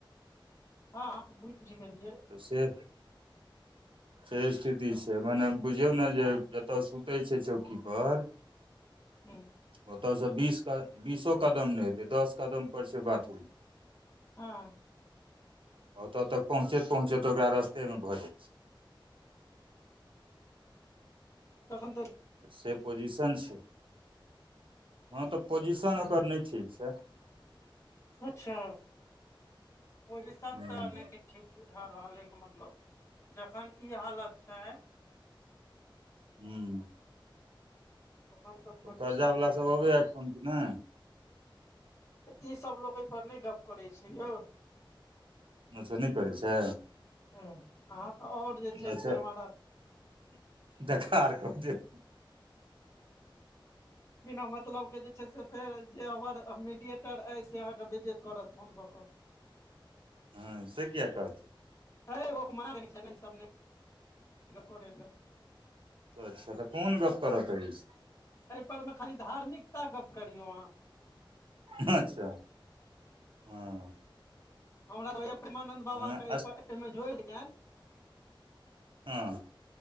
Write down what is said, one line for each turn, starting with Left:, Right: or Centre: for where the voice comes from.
Left: हँ, बुझि गेलियै
Right: से से स्थिति छै, माने बुझियौ ने जे जतय सुतैत छै, चौकी पर
Left: हु
Right: ओतय सँ बीस कदमो नहि हेतै, दस कदम पर बाथरूम छै
Left: हँ
Right: ओतय तक पहुँचैत-पहुँचैत ओकरा रास्तामे भऽ जाइ छै <inaudible>
Left: तखन तऽ
Right: से पोजिशन छै, हँ तऽ ओकर पोजिशन ठीक नहि छै
Left: अच्छा पोजिशन
Right: हूँ
Left: तऽ नहि ठीक बुझा रहल छी के मतलब, जखन ई हालत छै
Right: हू
Left: तखन तऽ पोजिशन
Right: कर्जावला
Left: नहि
Right: सभ
Left: ठीक
Right: आबै छथि या फोन करैत छथि
Left: ई सभ लोक एहि पर नहि गप करैत छै यौ
Right: अच्छा नहि करै छै
Left: ह अहां तऽ आओर जे छै
Right: अच्छा
Left: से हमरा
Right: देखार क दे
Left: बिना मतलब के जे छै से फेर जे हमर मीडियएटर अय से अहाँके बेज्जैत करत फोन कऽ क
Right: हँ से किया कह
Left: हैय ओ मना केने छै ने ई सब नै करय लय
Right: अच्छा तऽ कोन गप करऽ के अछि
Left: अहि पर मे खाली धार्मिकता गप्प करियौ अहाँ
Right: अच्छा हँ
Left: हमरा त होइया प्रेमानन्द बाबा
Right: ओना
Left: के अहिपर
Right: अस
Left: अहिमे जोइर दियनि
Right: हँ